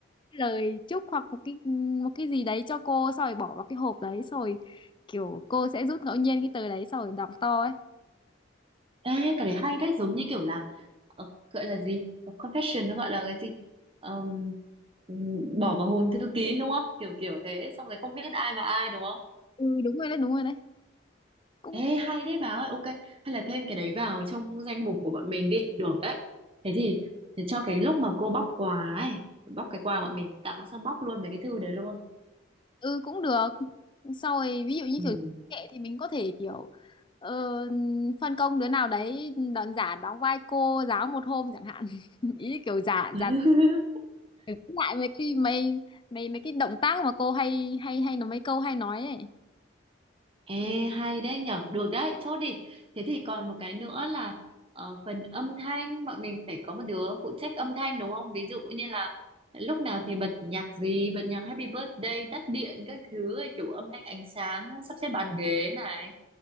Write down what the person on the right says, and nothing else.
ê cái đấy hay đấy giống như kiểu là ờ, gọi là gì Ờ, confession nó gọi là cái gì Ờm, ừm, bỏ vào hòm thư kín đúng không kiểu kiểu thế xong rồi không biết ai và ai đúng không
ê hay đấy bà ơi ok hay là thêm cái đấy vào trong danh mục của bọn mình đi được đấy thế thì để cho cái lúc mà cô bóc quà ấy bóc cái quà bọn mình tặng sang bóc luôn mấy cái thư đấy luôn
ừ.
<laughs>
Ê, hay đấy nhở, được đấy, chốt đi. Thế thì còn một cái nữa là ờ, phần âm thanh, bọn mình phải có một đứa phụ trách âm thanh đúng không? Ví dụ như là lúc nào thì bật nhạc gì, bật nhạc Happy Birthday, tắt điện, các thứ, ấy, kiểu âm thanh ánh sáng, sắp xếp bàn ghế này.